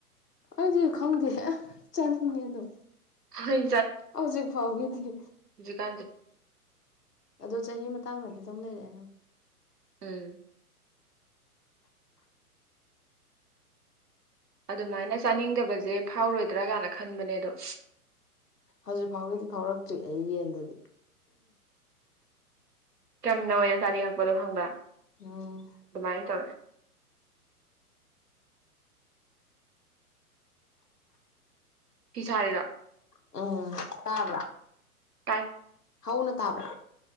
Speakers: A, on the left (about 90°); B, on the right (about 85°).
A: ꯑꯩꯗꯤ ꯈꯪꯗꯦ ꯆꯥꯅꯤꯡꯉ ꯑꯗꯝ
B: ꯑꯩ
A: ꯍꯧꯖꯤꯛ ꯐꯥꯎꯒꯤꯗꯤ
B: ꯖꯤꯀꯥꯟꯗꯦ
A: ꯑꯗꯣ ꯆꯍꯤ ꯃꯇꯥꯡꯗꯗꯤ ꯑꯗꯨꯝ ꯂꯩꯔꯦ
B: ꯎꯝ ꯑꯗꯨꯃꯥꯏꯅ ꯆꯥꯅꯤꯡꯗꯕꯁꯦ ꯐꯥꯎꯔꯣꯏꯗ꯭ꯔꯥ ꯀꯥꯏꯅ ꯈꯟꯕꯅꯦꯗꯣ
A: ꯍꯧꯖꯤꯛ ꯐꯥꯎꯒꯤꯗꯤ ꯐꯥꯎꯔꯛꯇ꯭ꯔꯤ ꯑꯩ ꯌꯦꯟꯗꯗꯤ
B: ꯆꯝꯅ ꯑꯣꯏꯅ ꯆꯥꯅꯤꯡꯉꯛꯄꯗꯣ ꯈꯪꯕ꯭ꯔ
A: ꯎꯝ
B: ꯑꯗꯨꯃꯥꯏꯅ ꯇꯧꯔꯦ ꯐꯤ ꯁꯥꯔꯤꯔꫭ
A: ꯎꯝ ꯇꯥꯕ꯭ꯔꯥ
B: ꯇꯥꯏ
A: ꯍꯧꯅ ꯇꯥꯕ꯭ꯔꯥ